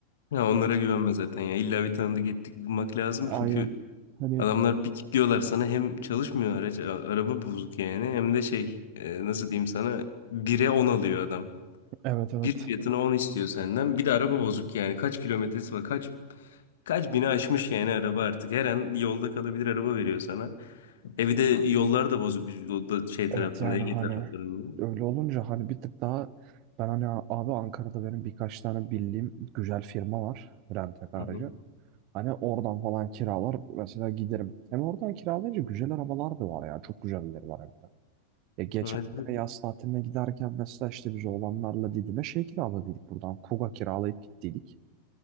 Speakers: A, on the left (about 60°); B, on the right (about 40°).
A: Ya onlara
B: Evet.
A: güvenme zaten ya. İlla bir tanıdık ettik bulmak lazım.
B: Aynen.
A: Çünkü
B: Hani
A: adamlar bir kilitliyorlar sana hem çalışmıyor araç, a- araba bozuk yani hem de şey e, nasıl diyeyim sana bire 10 alıyor adam.
B: evet evet.
A: Bir fiyatına 10 istiyor senden. Bir de araba bozuk yani. Kaç kilometresi var? Kaç kaç bini aşmış yani araba artık. Her an yolda kalabilir araba veriyor sana. E bir de yollar da bozuk. O da şey
B: Evet
A: tarafında
B: yani
A: Ege
B: hani
A: taraflarında.
B: öyle olunca hani bir tık daha ben hani abi Ankara'da benim birkaç tane bildiğim güzel firma var rentek aracı.
A: Hı hı.
B: Hani oradan falan kiralar mesela giderim. Hem oradan kiralayınca güzel arabalar da var ya çok güzelleri var hem de. Ya geçen
A: Evet. evet.
B: sene yaz tatiline giderken mesela işte biz oğlanlarla Didim'e şey kiraladık buradan Kuga kiralayıp gittiydik.